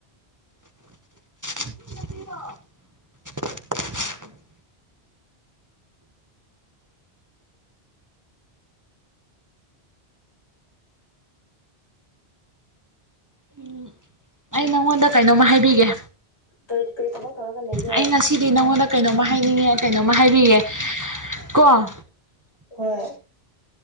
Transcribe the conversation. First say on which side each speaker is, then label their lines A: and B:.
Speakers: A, on the right (about 20°); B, on the left (about 85°).
A: <inaudible> ꯎꯝ ꯑꯩ ꯅꯪꯉꯣꯟꯗ ꯀꯩꯅꯣꯝꯃ ꯍꯥꯏꯕꯤꯒꯦ
B: ꯀꯔꯤ ꯀꯔꯤ ꯊꯕꯛ ꯇꯧꯔꯒ ꯂꯩꯒꯦ
A: ꯑꯩ ꯉꯁꯤꯗꯤ ꯅꯪꯉꯣꯟꯗ ꯀꯩꯅꯣꯝꯃ ꯍꯥꯏꯅꯤꯡꯉꯦ ꯀꯩꯅꯣꯝꯃ ꯍꯥꯏꯕꯤꯒꯦ ꯀꯣ
B: ꯍꯣꯏ